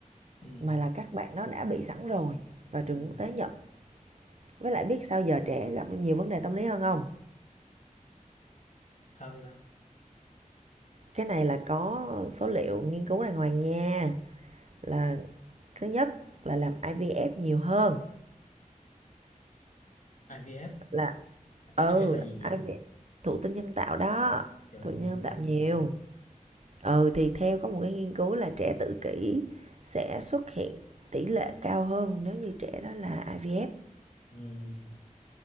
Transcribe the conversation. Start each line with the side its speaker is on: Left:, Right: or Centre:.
Left: ừ, ừ.
Right: mà là các bạn nó đã bị sẵn rồi và trường
Left: Ừ.
Right: quốc tế nhận. Với lại biết sao giờ trẻ gặp nhiều vấn đề tâm lý hơn không?
Left: sao vậy ta
Right: Cái này là có số liệu nghiên cứu đàng hoàng nha. Là thứ nhất là làm IVF nhiều hơn
Left: IVF
Right: là ừ
Left: AI IMF là gì nhỉ
Right: ai vi thụ tinh nhân tạo đó
Left: trời
Right: thụ
Left: ơi
Right: tinh nhân tạo
Left: kinh
Right: nhiều
Left: dị
Right: ừ thì theo có một cái nghiên cứu là trẻ tự kỷ sẽ xuất hiện tỷ lệ cao hơn nếu như trẻ đó là IVF
Left: ừ,